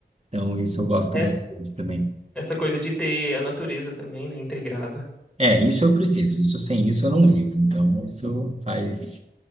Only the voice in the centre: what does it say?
Essa,
essa coisa de ter a natureza também, né, integrada.
Hum.